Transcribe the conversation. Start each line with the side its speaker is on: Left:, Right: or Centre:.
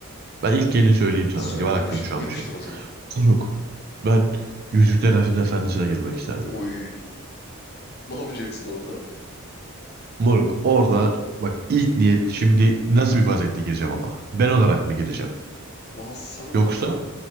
Right: Ben ilk geleni söyleyeyim sana.
Left: Söyle
Right: Var aklım
Left: yapıştır,
Right: şu
Left: yapıştır
Right: an bir şey.
Left: o zaman.
Right: Moruk, ben Yüzükler Efendisi'ne Efendisi'ne girmek isterdim.
Left: Oy. Ne yapacaksın orada?
Right: Moruk, orada bak ilk niyet şimdi nasıl bir vaziyette gireceğim ama? Ben olarak mı gireceğim?
Left: Valla sen olarak
Right: Yoksa